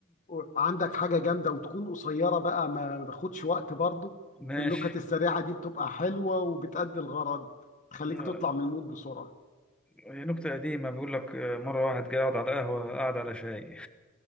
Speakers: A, on the left; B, in the centre.
A: و- عندك حاجة جامدة وتكون قصيرة بقى ما ما تاخدش وقت برضه
B: ماشي
A: النكت السريعة دي بتبقى حلوة وبتأدي الغرض تخليك
B: آه،
A: تطلع من المود بسرعة
B: هي نكتة قديمة بيقول لك آه، مرة واحد قاعد على قهوة قاعد على شاي